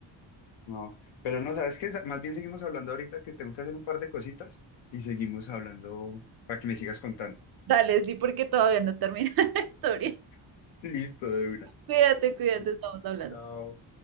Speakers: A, on the left; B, on the right.
A: <laughs> no, pero no, ¿sabes qué? Más bien seguimos hablando ahorita que tengo que hacer un par de cositas y seguimos hablando para que me sigas contando.
B: Dale, sí, porque todavía no termina <laughs> la historia.
A: <laughs> Listo, de una.
B: Cuídate, cuídate,
A: Dale,
B: estamos hablando.
A: chao.